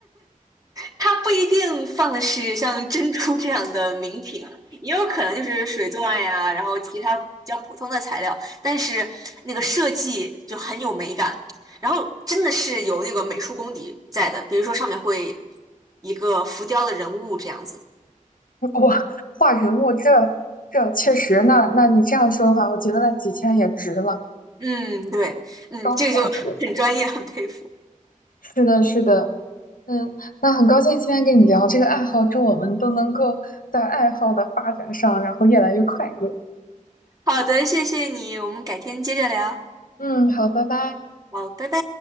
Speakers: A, on the right; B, on the left.
A: 它不一定放的是像珍珠这样的名品啊，也有可能就是水钻呀，然后其他比较普通的材料，但是那个设计就很有美感，然后真的是有那个美术功底在的，比如说上面会一个浮雕的人物这样子。
B: 哇，画人物这这确实，那那你这样说的话，我觉得那几千也值了，
A: 嗯，对，嗯，
B: 高价值。
A: 这个就很专业，很佩服。
B: 是的，是的。嗯，那很高兴今天跟你聊这个爱好，祝我们都能够在爱好的发展上，然后越来越快乐。
A: 好的，谢谢你，我们改天接着聊。
B: 嗯，好，拜拜。
A: 好，拜拜。